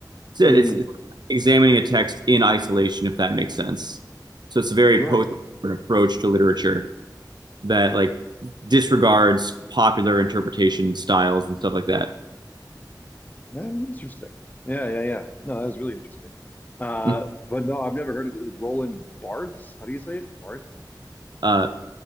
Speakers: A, on the right; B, on the left.
A: So
B: Mm,
A: yeah, it's, it's examining a text in isolation, if that makes sense. So it's a very
B: sure.
A: post approach to literature. that like disregards popular interpretation styles and stuff like that.
B: That is interesting. Yeah, yeah, yeah. No, that is really interesting. Uh,
A: Mhm.
B: but no, I've never heard of it. Roland Barthes. How do you say it? Barth?
A: Uh,